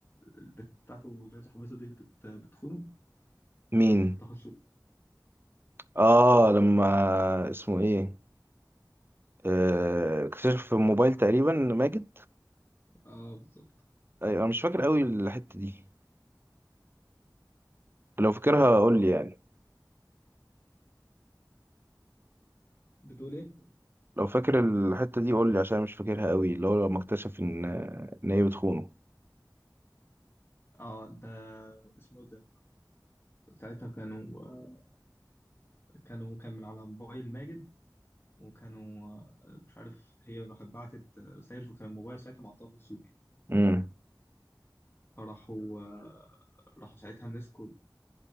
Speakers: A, on the left; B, on the right.
A: البت بتاعته اللي صاحبته دي بت بتخونه
B: مين
A: تخصصه
B: اه لما اسمه ايه آه، اكتشف في الموبايل تقريبا ماجد
A: اه بالظبط
B: ايوه انا مش فاكر قوي الحتة دي لو فاكرها قول لي يعني
A: بتقول ايه
B: لو فاكر الحتة دي قول لي عشان أنا مش فاكرها قوي اللي هو لما اكتشف ان ان هي بتخونه
A: اه ده اسمه إيه ده ساعتها كانوا آه، كانوا كان من على موبايل ماجد وكانوا آه، مش عارف هي راحت بعتت رسائل فكان الموبايل ساعتها مع طه السوقي
B: امم
A: فراحوا آه، راحوا ساعتها مسكوا